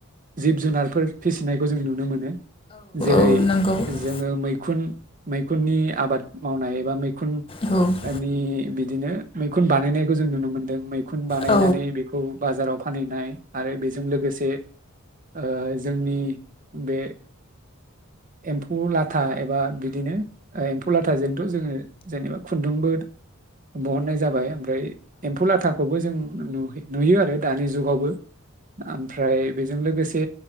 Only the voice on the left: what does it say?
औ नंगौ औ औ
औ
औ